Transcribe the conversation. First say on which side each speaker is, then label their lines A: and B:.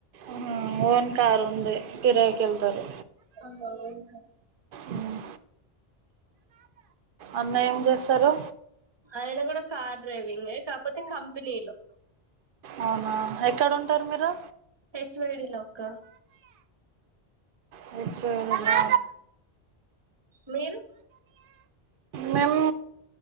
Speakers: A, on the right; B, on the right.
A: అహా ఓన్ కార్ ఉంది కిరాయికి వెళ్తారు
B: ఆ అంకా
A: ఉమ్ అన్న ఏం చేస్తారు
B: ఆయన కూడా కార్ డ్రైవింగ్ కాకపోతే కంపెనీలో
A: అవునా ఎక్కడ ఉంటారు మీరు
B: హెచ్ వెేడి లోక్క
A: హెచ్ వెేడి నా
B: మీరు
A: మేము